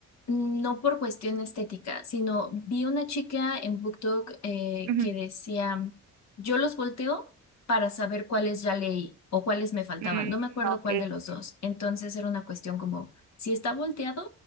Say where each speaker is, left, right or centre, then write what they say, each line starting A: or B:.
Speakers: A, on the left (about 60°); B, on the right (about 70°).
A: no por cuestión estética, sino vi una chica en BookTok eh,
B: ujú.
A: que decía, yo los volteo para saber cuáles ya leí o cuáles me faltaban.
B: Mm,
A: No me acuerdo
B: ok.
A: cuál de los dos. Entonces era una cuestión como, si está volteado,